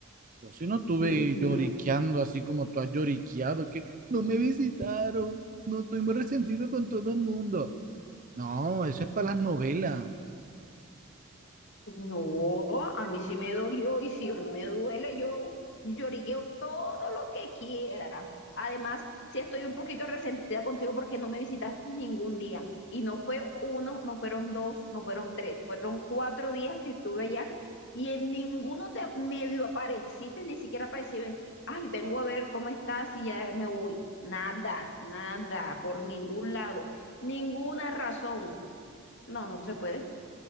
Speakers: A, on the right (about 40°); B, on the left (about 55°).
A: Yo sí no estuve
B: uy, no,
A: lloriqueando así como tú has lloriqueado, que no me visitaron, no estoy muy resentido con todo el mundo. No, eso es para las novelas.
B: No, a mí sí me dolió y si a mí me duele, yo lloriqueo todo lo que quiera. Además, sí estoy un poquito resentida contigo porque no me visitaste ningún día. Y no fue uno, no fueron dos, no fueron tres, fueron cuatro días que estuve allá y en ninguno te medio apareciste, ni siquiera para decirme, Ay, vengo a ver cómo estás y ya me voy. Nada, nada, por ningún lado, ninguna razón. No, no se puede.